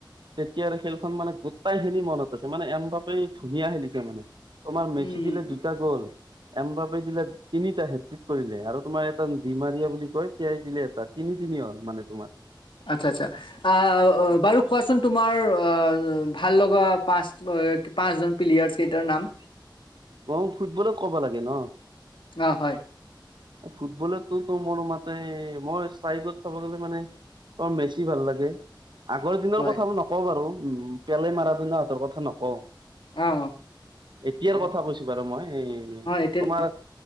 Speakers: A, on the right; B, on the left.
A: তেতিয়া আৰু খেলখন মানে গোটাই খিনি মনত আছে মানে এন বাপেই ধুনীয়া খেলিছে মানে। তোমাৰ মেচি
B: উম,
A: দিলে দুটা গ'ল, এম বাপি দিলে তিনিটা হেত কৰিলে আৰু তোমাৰ এটা ডিমাৰিয়া বুলি কয়, তিয়াই দিলে এটা, তিনি তিনি হল মানে তোমাৰ।
B: আচ্ছা আচ্ছা আহ বাৰু কোৱাচোন তোমাৰ অ ভাল লগা পাঁচ, পাঁচ জন প্লেয়াৰ্চ কেইটাৰ নাম।
A: অ', ফুটবলে ক'ব লাগে ন?
B: অ', হয়।
A: ফুটবলো তো মোৰ মাতে মই চাইত চাব গলে মানে অ', মেছি ভাল লাগে। আগৰ দিনৰ
B: হয়
A: কথাব নকওঁ বাৰু, উম, পেলে মাৰদনা হতৰ কথা নকওঁ।
B: অ', অ',
A: এতিয়াৰ
B: হ'ব
A: কথা কৈছো বাৰু মই,
B: অ', এতিয়া
A: তোমাৰ